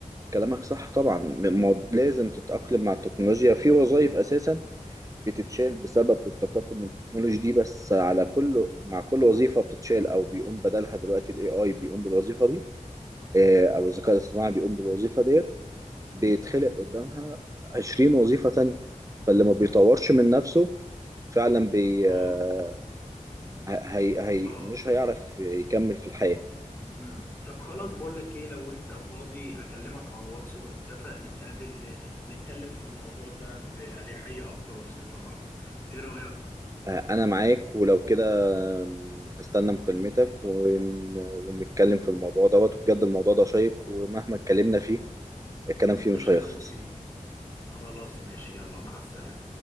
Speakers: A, on the right; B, on the left.
A: كلامك صح طبعا م- مو- لازم تتاقلم مع التكنولوجيا في وظائف اساسا بتتشال بسبب التقدم من التكنولوجي دي بس
B: مم.
A: على كل مع كل وظيفة بتتشال أو بيقوم بدلها دلوقتي ال AI بيقوم بالوظيفة دي آه، أو الذكاء الاصطناعي بيقوم بالوظيفة ديت بيتخلق قدامها 20 وظيفة تانية فاللي ما بيطورش
B: طب خ...
A: من نفسه فعلا بي
B: اه
A: آه، هي هي
B: اه
A: مش هيعرف يكمل في الحياة
B: امم طب خلاص بقول لك ايه لو انت فاضي اكلمك على الواتس ونتفق نتقابل نتكلم في الموضوع ده بأريحية اكتر وباستفاضة اكتر ايه رأيك
A: آه، أنا معاك ولو كده آم، هستنى مكالمتك ون... ونتكلم في الموضوع دوت وبجد الموضوع ده شيق ومهما اتكلمنا فيه الكلام فيه
B: مش
A: مش هيخلص
B: هنوفي خلاص ماشي يلا مع السلامة